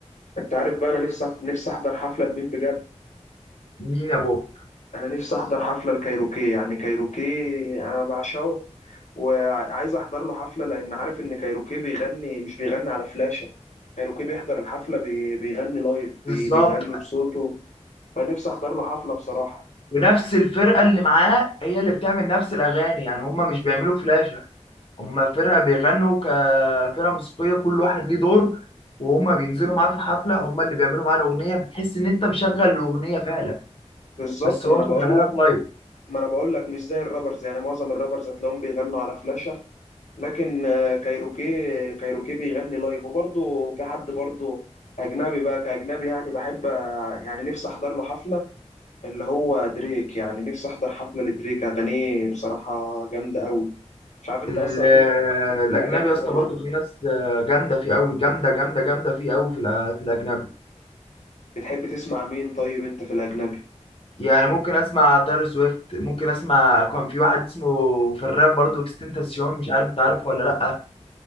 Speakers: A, on the left (about 80°); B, on the left (about 50°).
A: انت عارف بقى انا نفسي نفسي احضر حفله لمين بجد
B: مين يا بابا
A: انا نفسي احضر حفله لكايروكي يعني كايروكي انا بعشقه وعايز احضر له حفله لان عارف ان كايروكي بيغني مش بيغني على فلاشه كايروكي بيحضر الحفله بي- بيغني لايف بي-
B: بالظبط
A: بيغني بصوته فنفسي احضر له حفله بصراحه
B: ونفس الفرقه اللي معاه هي اللي بتعمل نفس الاغاني يعني هم مش بيعملوا فلاشه هم فرقه بيغنوا كفرقه موسيقيه كل واحد ليه دور وهم بينزلوا معاه في الحفله هم اللي بيعملوا معاه الاغنيه بتحس ان انت مشغل الاغنيه فعلا
A: بالظبط
B: بس
A: ما
B: هو
A: انا بقول
B: مشغلها
A: لك
B: لك لايف
A: ما انا بقول لك مش زي الرابرز يعني معظم الرابرز هتلاقيهم بيغنوا على فلاشه لكن آه، كايروكي كايروكي بيغني لايف وبرضه في حد برضه اجنبي بقى كاجنبي يعني بحب آه، يعني نفسي احضر له حفله اللي هو دريك يعني نفسي احضر حفله لدريك اغانيه بصراحه جامده قوي مش عارف انت
B: ال-
A: اصلا ليك ليك في
B: الاجنبي
A: الاجانب
B: يا اسطى
A: ولا
B: برضه في ناس جامده فيه قوي جامده جامده جامده فيه قوي في الأ- في الاجنبي
A: بتحب تسمع مين طيب انت في الاجنبي
B: يعني ممكن اسمع تايلور سويفت ممكن اسمع كان في واحد اسمه في الراب برضه اكستنتاسيون مش عارف انت عارفه ولا لا